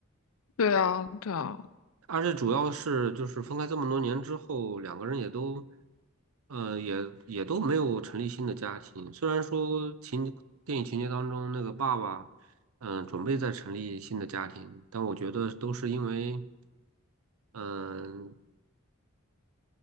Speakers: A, on the left; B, on the right.
A: 对啊，对啊，
B: 而且主要是就是分开这么多年之后，两个人也都，呃，也也都没有成立新的家庭。虽然说情电影情节当中那个爸爸，嗯、准备再成立新的家庭，但我觉得都是因为，嗯、